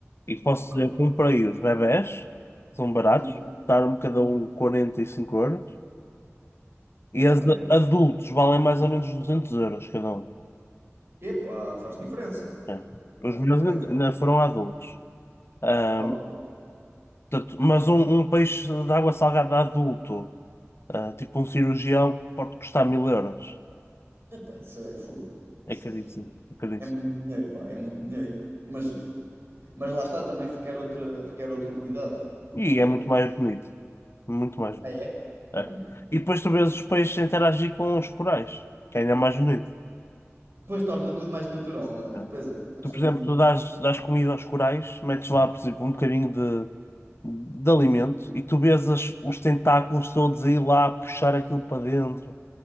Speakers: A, on the left; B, on the right.
A: e posso
B: Ok.
A: dizer que comprei os bebés, são baratos,
B: Hum,
A: custaram-me cada
B: hum.
A: um 45 euros e
B: Ok.
A: as adultos valem mais ou menos 200 euros cada um.
B: Epá, faz diferença.
A: É.
B: Faz
A: Os meus
B: diferença.
A: ainda ainda foram adultos. Ahm,
B: Ok.
A: portanto, mas um, um peixe de água salgada adulto, ah, tipo um cirurgião, pode custar mil euros.
B: Epá, isso é full.
A: É
B: Isso
A: caríssimo,
B: é,
A: é caríssimo.
B: é muito dinheiro, pá, é muito dinheiro. Mas, mas lá está, também requer outra, requer outro cuidado.
A: E
B: Portanto.
A: é muito mais bonito. Muito mais bonito.
B: Ah, é? Ok.
A: É. E depois tu vês os peixes a interagir com os corais, que é ainda mais bonito.
B: Depois torna tudo mais natural, não é?
A: É.
B: Pois é, faz
A: Tu,
B: sentido.
A: por exemplo, tu dás, dás comida aos corais, metes lá, por exemplo, um bocadinho de, de alimento e tu vês as- os tentáculos todos aí lá a puxar aquilo para dentro